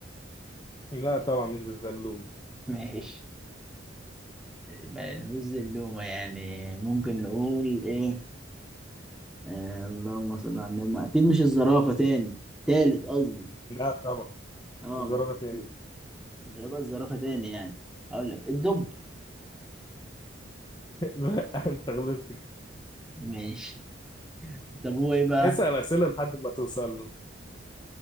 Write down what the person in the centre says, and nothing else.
ماشي ما لهوش زلومه يعني ممكن نقول ايه آه اللهم صل على النبي ما اكيد مش الزرافه تاني تالت قصدي
اه
ما أنا
بقول. مش هيبقى الزرافه تاني يعني هقول لك الدب
ماشي طب هو ايه بقى